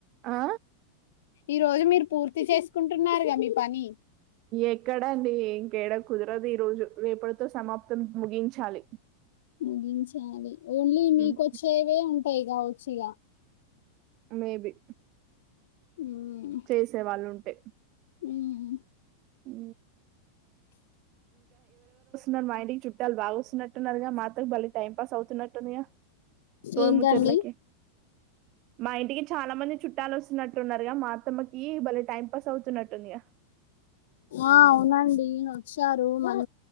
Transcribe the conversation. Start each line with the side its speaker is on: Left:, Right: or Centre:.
Right: ఆ
Left: ఈ రోజు మీరు పూర్తి చేసుకుంటున్నారుగా మీ పని
Right: ఎక్కడ అండి ఇంకేడా కుదరదు ఈ రోజు రేపటితో సమాప్తం ముగించాలి
Left: ముగించాలి ఓన్లీ మీకు
Right: మ్మ్
Left: వచ్చేవే ఉంటాయి కావచ్చు ఇగ
Right: మేబి
Left: మ్మ్
Right: చేసే వాళ్ళు ఉంటే
Left: మ్మ్
Right: ఉ మరి మా ఇంటికి చుట్టాలు బాగా వస్తున్నట్టున్నారుగా మాతో బలే టైం పాస్ అవుత్ నట్టుంది గా సోది
Left: ఏంటండి
Right: ముచ్చట్లకి మా ఇంటికి చాలా మంది చుట్టాలు వస్తున్నట్లున్నారుగా మా అత్తమ్మకి బలే టైం పాస్ అవుతున్నట్టుందిగా
Left: ఆ అవునండి వచ్చారు మన